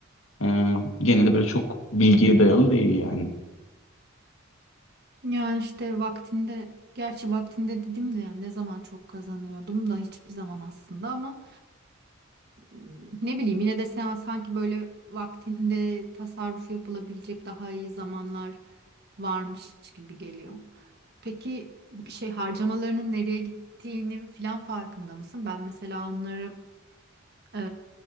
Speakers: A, on the left (about 75°); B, on the right (about 55°).
A: e, gene de böyle çok bilgiye dayalı değil yani.
B: Yani işte vaktinde gerçi vaktinde dedim de yani ne zaman çok kazanıyordum da hiçbir zaman aslında ama mm, ne bileyim yine de sen sanki böyle vaktinde tasarruf yapılabilecek daha iyi zamanlar varmış gibi geliyor. Peki şey harcamalarının nereye gittiğinin filan farkında mısın? Ben mesela onları e,